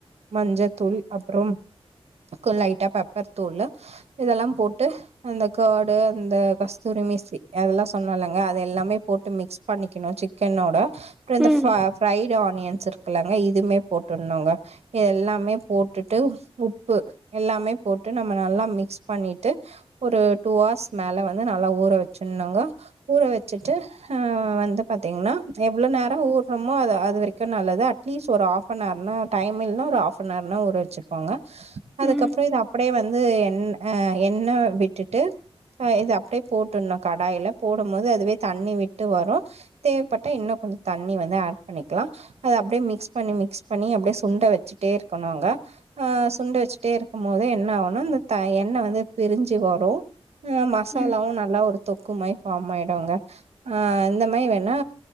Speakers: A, on the right; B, in the centre.
A: மஞ்சள்த்தூள் அப்புறம் கொஞ்ச லைட்டாக பெப்பர் தூள் இதெல்லாம் போட்டு அந்த கேஃடு அந்த கஸ்தூரி மேசி அதெல்லாம் சொன்னலைங்க அது எல்லாமே போட்டு மிக்ஸ் பண்ணிக்கணும் சிக்கனோட அப்புறம் இந்த
B: ம்,
A: ப ப்ஃரைட் பன்னி வச்சிருக்குலாம்ங்க இதுவுமே போட்டுஎல்லாமே போட்டு உப்பு எல்லாமே போட்டு நல்லா மிக்ஸ் பண்ணிட்டு ஒரு டூ ஹார்ஸ் மேல நல்லா ஊற வச்சுனுங்க ஊற வச்சுட்டு ஹ் வந்து பாத்தீங்கன்னா எவ்வுளோ நேரம் ஊர்ணுமோ அது அதுவரை நல்லது அட்லீஸ்ட் ஒரு ஹாஃப் நவர்னா டைம்மில்லனா ஒரு ஹாஃப் நவர்னா ஊர வச்சுக்கோங்க அதுக்கப்புறம்
B: ம்,
A: இது அப்படியே வந்து வந்து எ எண்ணெய் விட்டுட்டு இது அப்படியே போட்டுணும் கடாயில போடும் போது அதுவே தண்ணி விட்டு வரும் தேவைப்பட்டா இன்னும் கொஞ்சம் தண்ணி வந்து ஆட் பண்ணிக்கலாம் அதை அப்படியே மிக்ஸ் பண்ணி மிக்ஸ் பண்ணி அப்படியே சுண்டை வச்சுட்டே இருக்கணும்ங்க அஹ் சுண்டை வச்சுட்டே இருக்கும் போது என்ன ஆகணும் இந்த த எண்ணெய் வந்து பிரிஞ்சு வரும் மசாலாவும்
B: ம்,
A: நல்லா ஒரு தொக்கு மாதிரி பார்ம் ஆயிடுங்க ஹ் இந்த மாரி வேணா